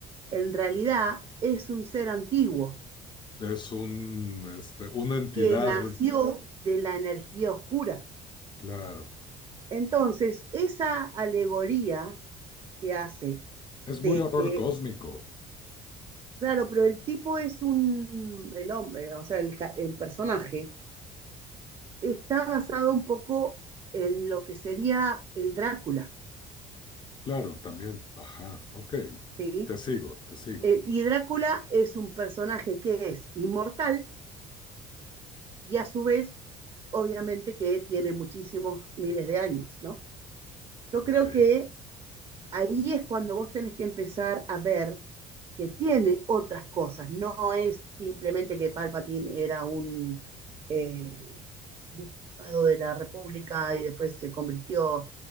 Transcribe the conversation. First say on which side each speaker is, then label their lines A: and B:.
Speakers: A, on the right; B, on the left.
A: En realidad es un ser antiguo
B: Es un, este, una entidad,
A: que nació de la energía oscura.
B: claro.
A: Entonces, esa alegoría que hace
B: Es
A: de
B: muy horror
A: que,
B: cósmico,
A: claro, pero el tipo es un, el hombre, o sea, el, el personaje, está basado un poco en lo que sería el Drácula,
B: claro, también. Ajá, ok.
A: ¿sí?
B: Te sigo, te sigo.
A: Eh, y Drácula es un personaje que es inmortal, y a su vez, obviamente que tiene muchísimos miles de años, ¿no? Yo
B: Ok.
A: creo que ahí es cuando vos tenés que empezar a ver que tiene otras cosas, no es simplemente que Palpatine era un eh, diputado de la República y después se convirtió